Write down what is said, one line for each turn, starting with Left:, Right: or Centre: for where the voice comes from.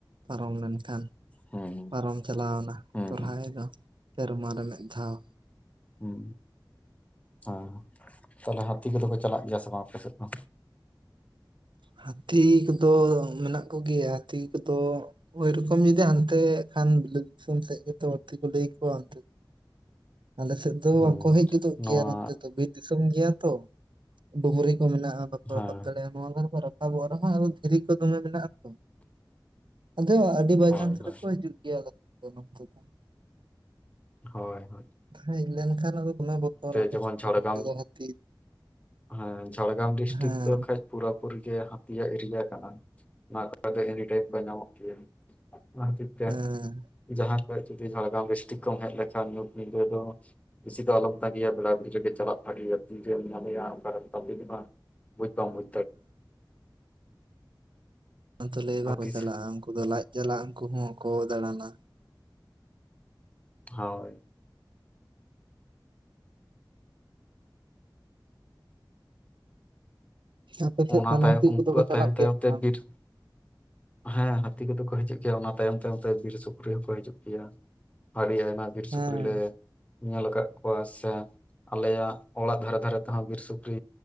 Right: ᱯᱟᱨᱚᱢ ᱞᱮᱱᱠᱷᱟᱱ
Left: ᱦᱩᱸ
Right: ᱯᱟᱨᱚᱢ ᱪᱟᱞᱟᱣᱱᱟ
Left: ᱦᱩᱸ
Right: ᱥᱚᱨᱦᱟᱭ ᱫᱚᱹ ᱥᱮᱨᱢᱟ ᱨᱮ ᱢᱤᱫ ᱫᱷᱟᱣ
Left: ᱩᱸ ᱦᱮᱸ ᱛᱚ ᱦᱟᱹᱛᱷᱤ ᱠᱚᱫᱚ ᱠᱚ ᱪᱟᱞᱟᱜ ᱜᱮᱭᱟ ᱥᱮ ᱵᱟᱝ ᱟᱯᱮ ᱥᱮᱫ ᱫᱚᱸ
Right: ᱦᱟᱹᱛᱷᱤ ᱠᱚᱫᱚ ᱢᱮᱱᱟᱜ ᱠᱚᱜᱮᱭᱟ ᱦᱟᱹᱛᱷᱤ ᱠᱚᱫᱚᱺ ᱳᱭᱨᱚᱠᱚᱢ ᱡᱩᱫᱤ ᱦᱟᱱᱛᱮ ᱠᱷᱟᱱ ᱵᱤᱞᱟ. ᱫ ᱫᱤᱥᱚᱢ ᱥᱮᱫ ᱜᱮᱛᱚ ᱵᱟᱹᱲᱛᱤ ᱠᱚ ᱞᱟᱹᱭ ᱠᱚᱣᱟ ᱦᱟᱱᱛᱮᱹᱹ ᱟᱞᱮ ᱥᱮᱫ ᱫᱚᱠᱚ
Left: ᱦᱩᱸ
Right: ᱦᱮᱡ ᱜᱚᱫᱚᱜ
Left: ᱱᱚᱣᱟ
Right: ᱜᱮᱭᱟ ᱱᱚᱛᱮ ᱫᱚ ᱵᱤᱨᱹ ᱫᱤᱥᱚᱢ ᱜᱮᱭᱟ ᱛᱚ ᱰᱩᱝᱨᱤ ᱠᱚ ᱢᱮᱱᱟᱜᱼᱟ ᱵᱟᱠᱚ
Left: ᱦᱮᱸ
Right: ᱨᱟᱠᱟᱵ ᱫᱟᱲᱮᱭᱟᱜᱼᱟ ᱱᱚᱣᱟ ᱠᱚᱫᱚ ᱠᱚ ᱨᱟᱠᱟᱵᱹᱹ ᱟᱵᱚᱜ ᱨᱮᱦᱚᱸ ᱟᱫᱚ ᱫᱷᱤᱨᱤ ᱠᱚ ᱫᱚ ᱢᱮᱱᱟᱜᱼᱟ ᱛᱚ ᱟᱫᱚ ᱟᱹᱰᱤ ᱵᱟᱭᱪᱟᱱᱥ
Left: ᱦᱳᱭ ᱦᱳᱭ
Right: ᱨᱮᱠᱚ ᱦᱤᱡᱩᱜ ᱯᱮᱭᱟ ᱠᱟᱛᱮᱫ ᱱᱚᱱᱛᱮ <inaudible>
Left: ᱦᱳᱭ ᱦᱳᱭᱹ
Right: ᱦᱮᱡ ᱞᱮᱱᱠᱷᱟᱱ ᱟᱫᱚ ᱫᱚᱢᱮ ᱵᱚᱛᱚᱨ ᱟᱞᱮ
Left: ᱡᱮᱢᱚᱱ ᱡᱷᱟᱲᱜᱨᱟᱢ
Right: ᱫᱚ ᱦᱟᱹᱛᱷᱤ
Left: ᱦᱮᱸ ᱡᱷᱟᱲᱜᱨᱟᱢ ᱰᱤᱥᱴᱤᱠ
Right: ᱦᱮᱸ
Left: ᱫᱚ ᱠᱷᱟᱡ ᱯᱩᱨᱟᱹᱯᱩᱨᱤ ᱡᱮ ᱦᱟᱹᱛᱷᱤᱭᱜ ᱮᱨᱤᱭᱟ ᱠᱟᱱᱟ ᱚᱱᱟ ᱠᱚᱨᱮ ᱫᱚ ᱮᱱᱤᱴᱮᱢ ᱠᱚ ᱧᱟᱢᱚᱜ ᱤᱭᱟᱹ ᱚᱱᱟ ᱠᱷᱟᱹᱛᱤᱨ ᱛᱮ
Right: ᱮᱸ
Left: ᱡᱟᱦᱟᱸ ᱠᱷᱡ ᱡᱩᱫᱤ ᱡᱷᱟᱲᱜᱨᱟᱢ ᱰᱤᱥᱴᱤᱠ ᱠᱚ ᱦᱮᱡ ᱞᱮᱠᱷᱟᱱ ᱧᱤᱫᱟᱹ ᱫᱚᱹ ᱤᱥᱤ ᱫᱚ ᱟᱞᱚᱢ ᱚᱱᱮ ᱤᱱᱠᱟᱹ ᱜᱤᱭᱟ ᱵᱮᱲᱟ <unintelligible> ᱵᱤᱲᱤ ᱨᱮᱜᱮ ᱪᱟᱞᱟᱜ ᱵᱷᱟᱜᱮᱭᱟ ᱛᱤᱨᱮᱢ ᱧᱟᱢᱮᱭᱟ ᱚᱱᱠᱨᱮᱢ ᱠᱟᱢᱤ ᱡᱚᱢᱟᱢ ᱛᱟᱯᱤᱝᱜᱼᱟ ᱵᱩᱡ ᱵᱟᱢ ᱵᱩᱡ
Right: ᱦᱮᱸ ᱞᱟᱹᱭ ᱵᱟᱝᱠᱚ
Left: ᱦᱟᱹᱛᱤ
Right: ᱪᱟᱞᱟᱜᱼᱟ
Left: ᱥ-
Right: ᱩᱱᱠᱩ ᱫᱚ ᱞᱟᱡ ᱡᱟᱞᱟᱜ ᱩᱱᱠᱩ ᱦᱚᱸᱠᱚ ᱫᱟᱬᱟᱱᱟ
Left: ᱦᱳᱭ
Right: ᱟᱯᱮᱴᱷᱮᱡ
Left: ᱚᱱᱟ
Right: ᱛᱟᱦᱚᱞᱮ
Left: ᱛᱟᱭᱚᱢ
Right: ᱦᱟᱹᱛᱤ
Left: ᱩᱱᱠᱩᱣᱟᱜ
Right: ᱠᱚᱫᱚ ᱠᱚ ᱪᱟᱞᱟᱜ
Left: ᱛᱟᱭᱚᱢ
Right: ᱜᱮᱭᱟ
Left: ᱛᱟᱭᱚᱢ
Right: ᱥᱮ
Left: ᱛᱮ
Right: ᱵᱟᱝ?
Left: ᱵᱤᱨ ᱦᱮᱸ ᱦᱟᱹᱛᱤ ᱠᱚᱫᱚ ᱠᱚ ᱦᱤᱡᱩᱜ ᱜᱮᱭᱟ, ᱚᱱᱟ ᱛᱟᱭᱚᱢ ᱛᱟᱭᱚᱢ ᱛᱮ ᱵᱤᱨ ᱥᱩᱠᱨᱤ ᱦᱚᱸᱠᱚ ᱦᱤᱡᱩᱜ ᱜᱮᱭᱟ᱾ ᱟᱹᱰᱤ ᱟᱭᱢᱟ ᱵᱤᱨ
Right: ᱦᱮᱸ
Left: ᱥᱩᱠᱨᱤᱤᱞ ᱞᱮ ᱧᱮᱞ ᱟᱠᱟᱫ ᱠᱚᱣᱟ ᱥᱮ ᱟᱞᱮᱭᱟᱜ ᱚᱲᱟᱜ ᱫᱷᱟᱨᱮ ᱫᱷᱟᱨᱮ ᱛᱮᱦᱚᱸ ᱵᱤᱨ ᱥᱩᱠᱨᱤ